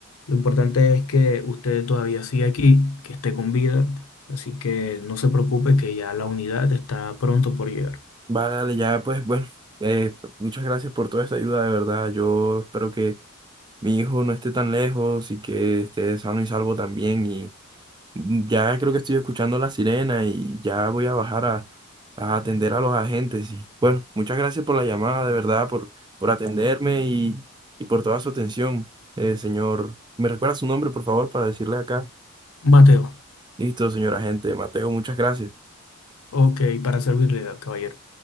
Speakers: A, on the left (about 80°); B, on the right (about 20°).
A: Lo importante es que usted todavía sigue aquí, que esté con vida, así que no se preocupe que ya la unidad está pronto por llegar.
B: Vale, dale, ya pues bueno, eh, muchas gracias por toda esta ayuda, de verdad, yo espero que mi hijo no esté tan lejos y que esté sano y salvo también. Y ya creo que estoy escuchando la sirena y ya voy a bajar a, a atender a los agentes. Y bueno, muchas gracias por la llamada, de verdad, por, por atenderme y, y por toda su atención, eh, señor. ¿Me recuerda su nombre, por favor, para decirle acá?
A: Mateo,
B: Listo, señor agente. Mateo, muchas gracias.
A: ok, para servirle, caballero.